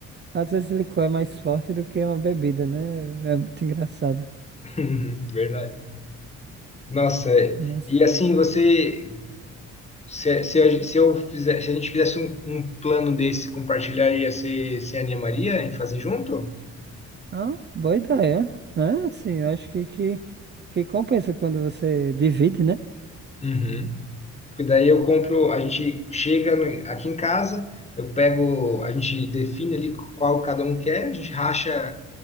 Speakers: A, on the right (about 35°); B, on the left (about 20°).
A: Às vezes licor é mais forte do que uma bebida, né? É é muito engraçado.
B: <laughs> Verdade. Nossa,
A: Mas.
B: e assim, você, se, se, a, se eu fizer, se a gente fizesse um, um plano desse, compartilharia, você se animaria em fazer junto?
A: Ah, boa ideia, né? Assim, eu acho que, que, que compensa quando você divide, né?
B: Uhum. Porque daí eu compro, a gente chega no- aqui em casa, eu pego, a gente define ali qual cada um quer, a gente racha,